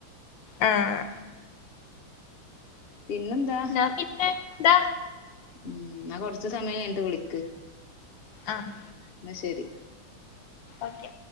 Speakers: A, on the left; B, on the left.
A: ആഹ്
B: പിന്നെന്താ?
A: ന്നാ പിന്നെ ന്താ.
B: ഉം ന്നാ കൊർച്ച് സമയം കഴിഞ്ഞിട്ട് വിളിക്ക്.
A: ആഹ്
B: ന്ന ശരി.
A: ഓക്കെ.